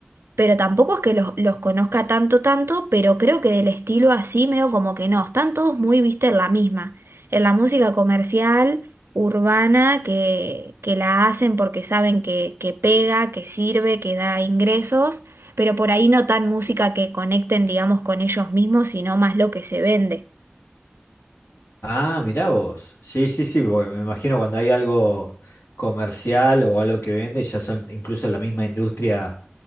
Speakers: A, on the right; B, on the left.
A: pero tampoco es que los, los conozca tanto, tanto, pero creo que del estilo así medio como que no, están todos muy, viste, en la misma, en la música comercial, urbana, que, que la hacen porque saben que, que pega, que sirve, que da ingresos, pero por ahí no tan música que conecten, digamos, con ellos mismos, sino más lo que se vende.
B: Ah, mirá vos. Sí, sí, sí, porque me imagino cuando hay algo comercial o algo que vende, ya son incluso la misma industria